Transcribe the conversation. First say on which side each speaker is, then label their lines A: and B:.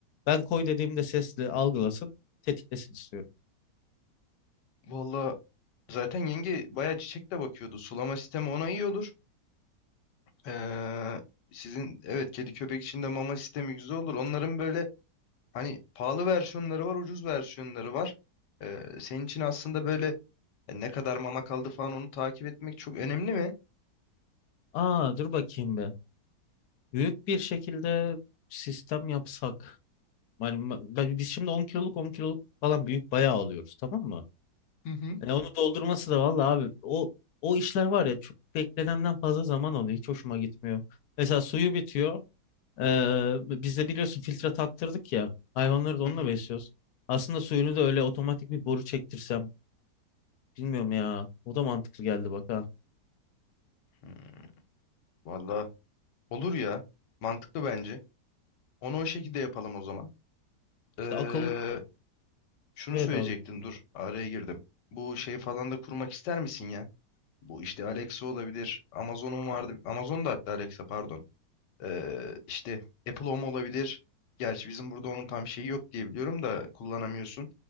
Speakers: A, on the left; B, on the left.
A: Ben koy dediğimde sesli algılasın, tetiklesin istiyorum.
B: Valla zaten yenge bayağı çiçek de bakıyordu. Sulama sistemi ona iyi olur. Ee, sizin evet kedi köpek için de mama sistemi güzel olur. Onların böyle hani pahalı versiyonları var, ucuz versiyonları var. Ee, senin için aslında böyle e, ne kadar mama kaldı falan onu takip etmek çok önemli mi?
A: Aa dur bakayım be. Büyük bir şekilde sistem yapsak. Yani ben- ben- biz şimdi 10 kiloluk 10 kiloluk falan büyük bayağı alıyoruz tamam mı?
B: Hı hı.
A: Yani onu doldurması da vallahi abi o o işler var ya çok beklenenden fazla zaman alıyor. Hiç hoşuma gitmiyor. Mesela suyu bitiyor. Ee, biz de biliyorsun filtre taktırdık ya. Hayvanları da
B: Hı
A: onunla
B: hı.
A: besliyoruz. Aslında suyunu da öyle otomatik bir boru çektirsem. Bilmiyorum ya. O da mantıklı geldi bak ha.
B: Hmm, Valla olur ya. Mantıklı bence. Onu o şekilde yapalım o zaman. Ee,
A: İşte akıl.
B: şunu
A: Evet
B: söyleyecektim
A: abi.
B: dur araya girdim. Bu şey falan da kurmak ister misin ya? Bu işte Alexa olabilir. Amazon'un vardı. Amazon'da hatta Alexa pardon. Ee, işte Apple Home olabilir. Gerçi bizim burada onun tam şeyi yok diye biliyorum da kullanamıyorsun.